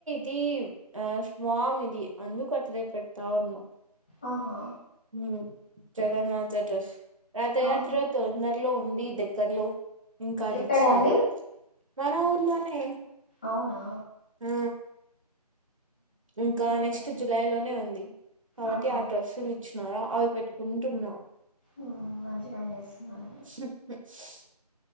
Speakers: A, on the right; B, on the left.
A: తీవ్ ఆ స్వామ్ ఇది అందుకు అట్లే పెడతా ఉన్నా
B: ఓహో
A: ఉమ్ జగన్నాజ డ్రెస్ రాత యాత్రతో
B: ఆహా
A: న లో ఉంది దగ్గర్లో ఇంకాదిచ్చినారు
B: ఎక్కడ అండి
A: మన ఊర్లోనే
B: అవునా
A: ఆ ఇంకా
B: ఎక్కడ?
A: నెక్స్ట్ జూలై లోనే ఉంది కాబట్టి
B: ఆహా
A: ఆ డ్రెస్సులు ఇచ్చ్ న్నారా అవి పెట్టుకుంటున్నా.
B: ఉమ్ మంచి పని చేస్తున్నానండి.
A: స్రీప్